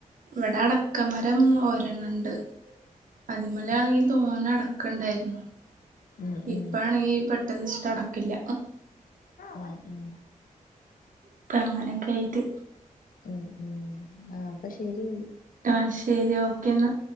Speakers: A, on the right (about 70°); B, on the left (about 80°).
A: ഇവിടെ അടക്ക മരം ഒരെണ്ണണ്ട്. അതിമേല ആണെങ്കി തോന അടക്ക ഇണ്ടായിരുന്നു.
B: ഉം ഉം
A: ഇപ്പാണെങ്കി പെട്ടെന്ന്ച്ചിട്ട് അടക്കില്ല.
B: ഉം, ഉം
A: അപ്പ അങ്ങനെയൊക്കെ ആയിട്ട്.
B: ഉം ഉം ആഹ് അപ്പ ശരിയെങ്കി.
A: ആഹ് ശരി ഓക്കേന്നാ.